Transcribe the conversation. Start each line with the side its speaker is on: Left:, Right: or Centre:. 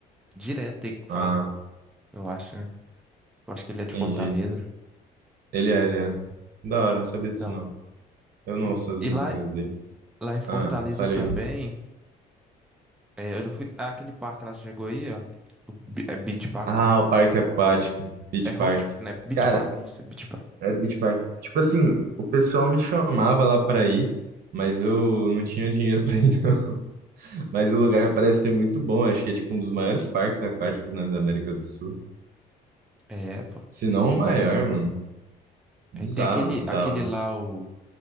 Centre: direto ele fala,
Right: Ah,
Centre: eu acho, né? Eu acho que ele é de
Right: entendi.
Centre: Fortaleza.
Right: Ele é, ele é. Da hora, não sabia disso
Centre: Então,
Right: não. Eu não
Centre: pô,
Right: ouço as
Centre: e
Right: músicas
Centre: lá,
Right: dele.
Centre: lá em Fortaleza
Right: Ah, falei.
Centre: também, é, eu já fui. ah, aquele parque lá, você chegou aí, ó. o Be- É Beach Park,
Right: Ah,
Centre: né?
Right: o parque aquático, Beach
Centre: É
Right: Park.
Centre: Hot, né? Beach
Right: Cara,
Centre: Park, isso, é Beach Park.
Right: é Beach Park. Tipo assim, o pessoal me chamava lá pra ir, mas eu não tinha dinheiro pra ir, não. <laughs> Mas o lugar parece ser muito bom. Acho que é tipo um dos maiores parques aquáticos, né, da América do Sul.
Centre: É, pô.
Right: Se não o
Centre: Sim.
Right: maior, mano. Bizarro,
Centre: Aí tem aquele,
Right: bizarro.
Centre: aquele lá, o,